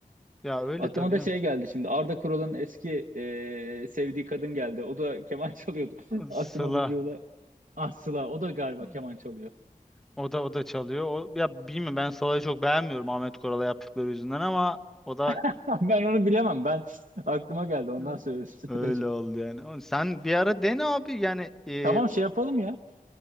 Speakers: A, in the centre; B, on the right (about 60°).
A: Ya öyle
B: Aklıma
A: tabii
B: da
A: canım.
B: şey geldi şimdi. Arda Kural'ın eski ee, sevdiği kadın geldi. O da keman çalıyordu. <laughs> Aklıma
A: Sıla.
B: videoda Ah Sıla o da galiba
A: Hı.
B: keman çalıyor.
A: O da o da çalıyor. O, ya bilmiyorum ben Sıla'yı çok beğenmiyorum Ahmet Koral'a yaptıkları yüzünden ama o da
B: <laughs> Ben onu bilemem. Ben aklıma geldi. Ondan
A: Hı.
B: söyledim sadece.
A: öyle oldu yani. O- Sen bir ara dene abi yani e,
B: Tamam şey yapalım ya.